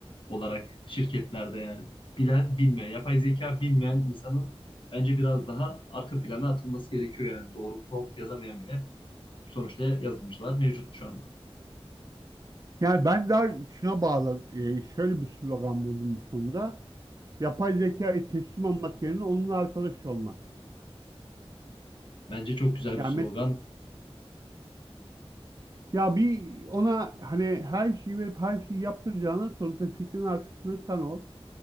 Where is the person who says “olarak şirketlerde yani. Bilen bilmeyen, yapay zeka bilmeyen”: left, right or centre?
Left